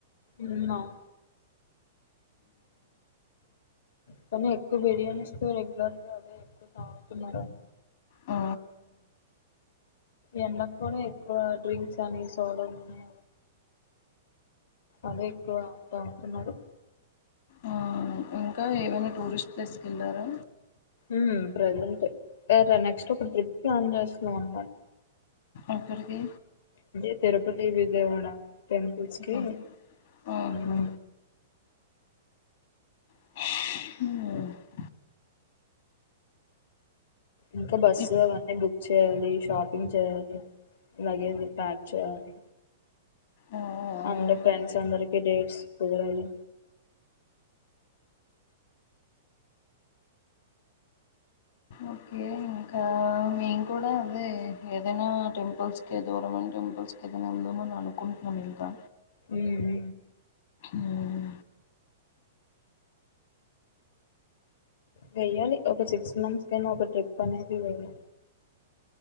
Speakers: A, on the left; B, on the left.
A: ఊమ్ అవ్ కానీ ఎక్కువ బిర్యానీస్ తో రెగ్యులర్ గా అవే ఎక్కువ తాగుతున్నారు అని
B: ఆ
A: ఎండకి కూడా ఎక్కువ డ్రింక్స్ అని సోడలని అదే ఎక్కువ తాగుతున్నారు
B: ఆ ఇంకా ఏవైనా టూరిస్ట్ ప్లేస్కి ఎళ్ళారా
A: ఊమ్ ప్రజెంట్ అరే నెక్స్ట్ ఒక ట్రిప్ ప్లాన్ చేస్తున్నాం అన్నమాట
B: ఎక్కడికి
A: అంటే తిరుపతి విజయవాడ టెంపుల్స్
B: ఆహా
A: కి
B: ఆహా.
A: ఊమ్
B: మ్మ్
A: ఇంకా బస్సు
B: ఇప్
A: అవన్నీ బుక్ చేయాలి షాపింగ్ చేయాలి లగేజ్ ప్యాక్ చేయాలి
B: ఆ
A: అంద ఫ్రెండ్స్
B: ఇది
A: అందరికి డేట్స్ కుదరాలి
B: ఓకే ఇంకా మేము కూడా అదే ఏదైనా టెంపుల్స్క దూరమైన టెంపుల్స్కి ఏదైనా వెళ్దాం అని అనుకుంటున్నాము ఇంకా
A: మ్మ్
B: మ్మ్.
A: వెయ్యాలి ఒక సిక్స్ మంత్స్ కైనా ఒక ట్రిప్ అనేది వెేయ్యాలి